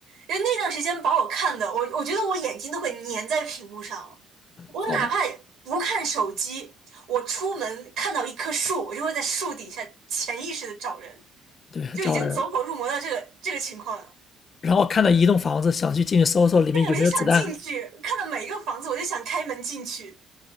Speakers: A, on the right (about 80°); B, on the left (about 35°).
A: 人因为那段时间把我看的，我我觉得我眼睛都会粘在屏幕上了。我哪怕不看手机，
B: 好吧。
A: 我出门看到一棵树，我就会在树底下潜意识的找人，
B: 对，
A: 就已经走火入魔到这个这个情况了。
B: 招人。然后看到一栋房子，想去进去搜搜里面有没有子弹，
A: 对，我就想进去，
B: 然
A: 看到每一个房子，我就想开门进去，